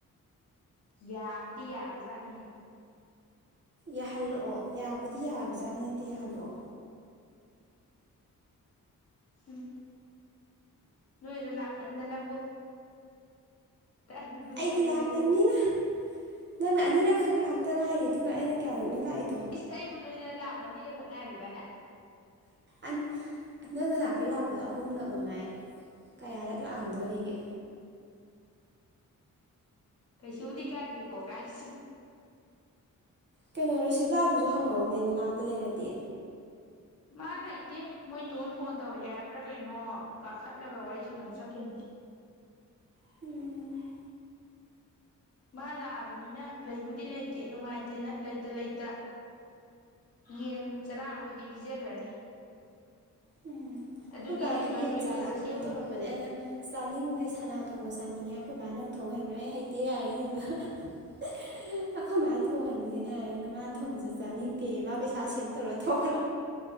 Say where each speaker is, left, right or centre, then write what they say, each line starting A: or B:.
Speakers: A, on the left (about 45°); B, on the right (about 35°).
A: ꯌꯥꯕꯗꯤ ꯌꯥꯕꯖꯥꯕꯅꯤꯍꯦ
B: ꯌꯥꯍꯜꯂꯛꯑꯣ ꯌꯥꯕꯨꯗꯤ ꯌꯥꯕꯖꯥꯠꯅꯤ ꯅꯠꯇꯦ ꯌꯥꯍꯜꯂꯛꯑꯣ
A: ꯎꯝ ꯅꯣꯏꯗ ꯂꯥꯛꯃꯟꯗꯅꯕꯨ ꯇꯟꯕꯨ ꯇꯜꯂꯦꯗ
B: ꯑꯩꯗꯤ ꯂꯥꯛꯇꯝꯅꯤꯅ ꯅꯪꯅ ꯑꯅꯤꯔꯛꯈꯛ ꯂꯥꯛꯇ ꯉꯥꯏꯔꯤ ꯑꯗꯨꯒ ꯑꯩꯅ ꯀꯌꯥꯔꯛꯅ ꯂꯥꯛꯏꯗꯣ
A: ꯏꯁ ꯑꯩꯕꯨ ꯅꯣꯏꯅ ꯂꯥꯛꯄ ꯑꯅꯤꯔ ꯈꯛ ꯉꯥꯏꯔꯤꯕꯅꯦ
B: ꯑꯟ ꯅꯪꯅꯥ ꯂꯛꯀꯦ ꯂꯥꯛꯄꯗꯣ ꯑꯍꯨꯝꯂꯛ ꯃꯉꯥꯏ ꯀꯌꯥꯔꯛ ꯂꯥꯛꯍꯟꯗꯣꯔꯤꯒꯦ
A: ꯀꯩꯁꯨꯗꯤ ꯀꯥꯏꯗꯦꯀꯣ ꯀꯥꯏ <unintelligible>
B: ꯀꯩꯅꯣ ꯔꯣꯁꯤꯄ꯭ꯂꯥꯗꯨꯁꯨ ꯍꯪꯉꯛꯎꯅꯦ ꯅꯅꯥꯛꯇ ꯂꯩꯔꯗꯤ
A: ꯃꯥ ꯂꯩꯇꯦ ꯃꯣꯏ ꯇꯣꯟ ꯐꯣꯟ ꯇꯧꯔꯛꯑꯦ ꯍꯥꯏꯕ꯭ꯔꯥ ꯀꯩꯅꯣ ꯀꯥꯈꯠꯂꯒ ꯋꯥꯔꯤ ꯁꯥꯟꯅꯕ ꯆꯠꯈꯤꯝ
B: <unintelligible>
A: ꯃꯥ ꯂꯥꯛꯑꯕꯅꯤꯅ ꯂꯩꯕꯨꯗꯤ ꯂꯩꯇꯦ ꯅꯨꯡꯉꯥꯏꯇꯦꯅ ꯂꯩꯇ ꯂꯩꯇ ꯌꯦꯟ ꯆꯔꯥꯑꯥꯝꯕꯨꯗꯤ ꯄꯤꯖꯒ꯭ꯔꯅꯤ
B: ꯎꯝ
A: ꯑꯗꯨꯒꯤ
B: ꯍꯣꯏ ꯄꯥꯅꯁꯨ
A: ꯑꯩ ꯃꯔꯣꯏ
B: ꯌꯦꯟ ꯆꯥꯁꯤꯔꯣ
A: ꯀꯩꯀꯥ ꯁꯦꯝꯃꯤ
B: ꯇꯧꯔꯝꯕꯅꯦ ꯑꯩꯅ ꯆꯥꯅꯤꯡꯗꯦ ꯁꯅꯥ ꯊꯣꯡꯕ ꯆꯥꯅꯤꯡꯉꯦ ꯑꯩꯈꯣꯏ ꯕꯥ ꯅꯪ ꯊꯣꯡ ꯍꯩꯕ꯭ꯔꯥ ꯑꯩ ꯍꯩꯇꯦ ꯌꯥꯔꯦ ꯑꯗꯨꯗꯣ <unintelligible> ꯑꯩꯈꯣꯏ ꯃꯥ ꯊꯣꯡꯍꯟꯁꯦꯅ ꯍꯥꯏ ꯅꯃꯥꯅ ꯊꯣꯡꯕꯁꯨ ꯆꯥꯅꯤꯡꯗꯦ ꯃꯥ ꯄꯩꯁꯥ ꯁꯦꯚ ꯇꯧꯔ ꯊꯣꯛꯈ꯭ꯔꯦ